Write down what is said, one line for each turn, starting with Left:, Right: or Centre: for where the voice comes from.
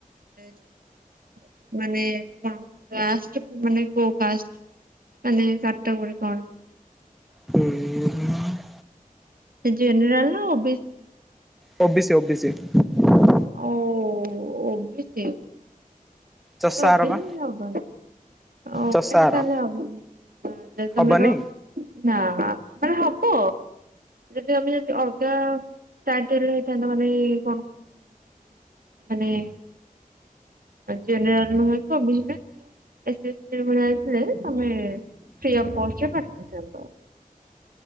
Right: ଯୋଉ ମାନେ କଣ ଲାଷ୍ଟ ମାନେ କୋଉ କାଷ୍ଟ ମାନେ ତାଙ୍କ ତ ପୁଣି କଣ?
Centre: ହୁଁ ।
Right: ସିଏ ଜେନେରାଲ ନା ଓ ବି ସି?
Centre: ଓ ବିି ସି ଓ ବିି ସିି ।
Right: ଓ ଓ ବି ସି।
Centre: ଚଷାର
Right: ଓ ବି
Centre: ବା
Right: ସି ହବନି ଆଉ ଓ
Centre: ଚଷାର
Right: ବି ସି ତାହେଲେ ହବନି ଯଦି ତମର
Centre: ହବନି?
Right: ନା ମାନେ ହବ ଯଦି ଆମେ ଯଦି ଅଲଗା ଚାରିଟାରେ ହେଇଥାନ୍ତା ମାନେ କଣ କୁହନ୍ତି ମାନେ ଆ ଜେନେରାଲ ନୁହେଁ କି ଓ ବି ସି ନୁହେଁ ଏ ଇ ବି ସି ଭଳିଆ ହେଇଥିଲେ ତମେ ଫ୍ରି ଅଫ୍ କଷ୍ଟରେ ପାଠ ପଢ଼ିଥାନ୍ତ।